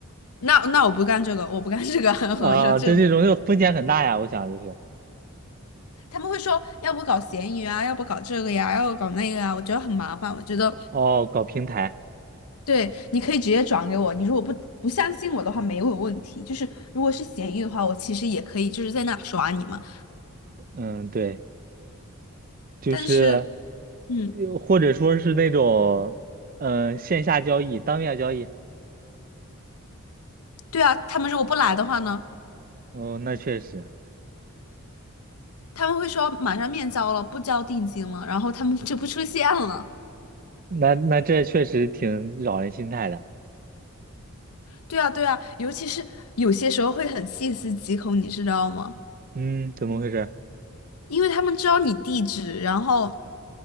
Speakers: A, on the left (about 85°); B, on the right (about 40°).
A: 那那我不干这个，我不干这个，<laughs>
B: 啊，
A: 我说这个
B: 这这种就风险很大呀，我想就是
A: 他们会说，要不搞闲鱼啊，要不搞这个呀，要不搞那个啊，我觉得很麻烦。我觉得，
B: 哦，搞平台，
A: 对，你可以直接转给我。你如果不不相信我的话，没有问题。就是如果是闲鱼的话，我其实也可以就是在那耍你嘛。
B: 嗯，对。就是，
A: 但是，嗯，
B: 又或者说是那种，嗯、呃线下交易、当面交易。
A: 对啊，他们如果不来的话呢，
B: 哦，那确实，
A: 他们会说马上面交了，不交定金了，然后他们就不出现了。
B: 那那这确实挺扰人心态的。
A: 对啊，对啊，尤其是有些时候会很细思极恐，你知道吗？
B: 嗯，怎么回事？
A: 因为他们知道你地址，然后